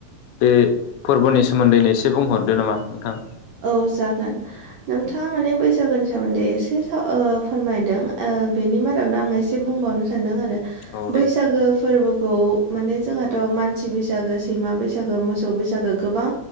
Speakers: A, on the left; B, on the right.
A: बे फोरबोनि सोमोन्दैनो एसे बुंहरदो नामा नोंथां।
B: औ जागोन नोंथाङा माने बैसागुनि सोमोन्दै एसे साव ओ फोरमायदों। ओ बेनि मादावनो आं एसे बुंबावनो सानदों आरो
A: औ दे
B: बैसागो फोरबोखौ माने जोंहाथ' मानसि बैसागो सैमा बैसागो मोसौ बैसागो गोबां